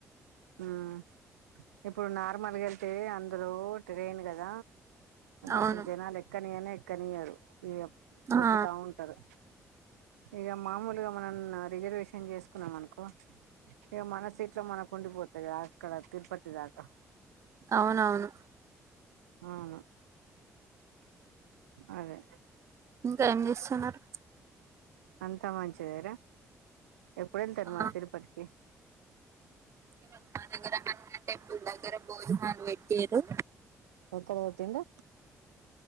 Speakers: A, on the right; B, on the right.
A: మ్మ్ ఇప్పుడు నార్మల్ గేళ్తే అందరు ట్రైన్ కద
B: అవును
A: అసలు జనాలు ఎక్కనియనే ఎక్కనియారు ఇగ
B: ఆ
A: దోబ్బుతా ఉంటారు ఇగ మామూలుగా మనం నా రిజర్వేషన్ చేసుకున్నాం అనుకో. ఇగ మన సీట్లో మనకుండిపోతాయి అక్కడ తిరుపతి దాకా
B: అవునవును
A: అవును అదే
B: ఇంకా ఏం చేస్తున్నారు?
A: అంతా మంచిదేరా ఎప్పుడు ఏళ్తారు
B: ఆ
A: మరి తిరుపతికి?
B: ఈ రోజు మాదగ్గర హనుమాన్ టెంపుల్ దగ్గర భోజనాల్ వెట్టిరు.
A: కోతిందా